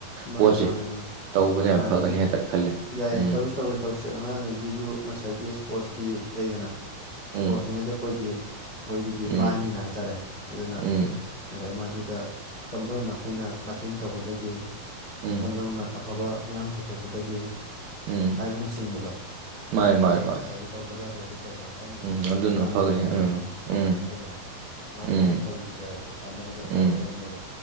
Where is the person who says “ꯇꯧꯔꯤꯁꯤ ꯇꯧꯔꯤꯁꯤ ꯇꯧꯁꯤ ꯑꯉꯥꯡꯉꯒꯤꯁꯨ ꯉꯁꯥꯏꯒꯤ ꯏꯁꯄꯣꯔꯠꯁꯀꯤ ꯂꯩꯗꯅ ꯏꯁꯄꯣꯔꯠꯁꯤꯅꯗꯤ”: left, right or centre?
Left